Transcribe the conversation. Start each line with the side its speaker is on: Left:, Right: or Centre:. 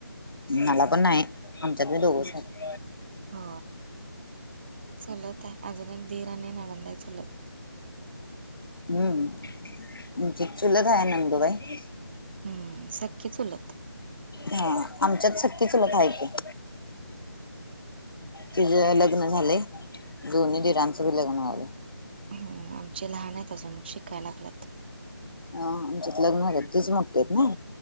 Left: मला पण नाई. आमच्या बी दोघंचाय
Right: हो चुलताय अजून एक दिर आणि ननंदाय चुलत.
Left: हम्म चुलत हाय नंदुबाई.
Right: हम्म सख्खी चुलत.
Left: हां आमच्यात सख्खी चुलत हाय की. तुझं लग्नं झालंय दोन्ही दिरांचं बी लग्न झालं
Right: हुं आमचे लहानायत अजून शिकाय लागल्यात.
Left: अं आमच्यात लग्न झाल्यात तुच मोठ्ठीयत न.